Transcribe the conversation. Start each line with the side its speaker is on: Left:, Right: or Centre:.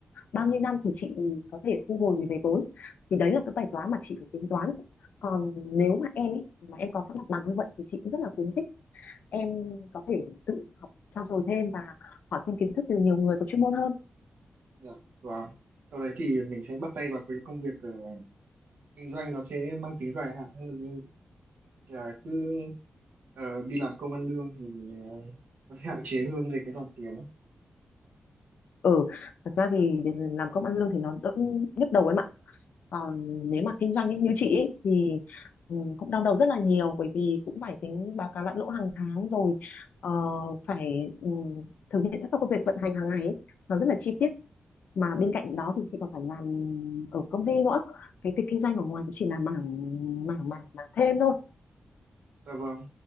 Left: bao nhiêu năm thì chị có thể thu hồi về vốn thì đấy là cái bài toán mà chị phải tính toán còn nếu mà em ấy, mà em có sẵn mặt bằng như vậy thì chị cũng rất là khuyến khích em có thể tự học trau dồi thêm và hỏi thêm kiến thức từ nhiều người có chuyên môn hơn
Right: dạ vâng sau đấy thì mình sẽ bắt tay vào cái công việc ờ, kinh doanh nó sẽ mang tính dài hạn hơn nên là cứ ờ, đi làm công ăn lương thì ờ, nó sẽ hạn chế hơn về cái dòng tiền
Left: ừ thật ra thì để làm công ăn lương thì nó đỡ nhức đầu em ạ còn nếu mà kinh doanh ấy, như chị ấy, thì ừ, cũng đau đầu rất là nhiều bởi vì cũng phải tính báo cáo lại lỗ hàng tháng rồi ờ, phải ừ, thực hiện các công việc vận hành hàng ngày ấy. nó rất là chi tiết mà bên cạnh đó thì chị còn phải làm ở công ty nữa cái việc kinh doanh ở ngoài cũng chỉ là mảng mảng mảng mảng thêm thôi
Right: dạ vâng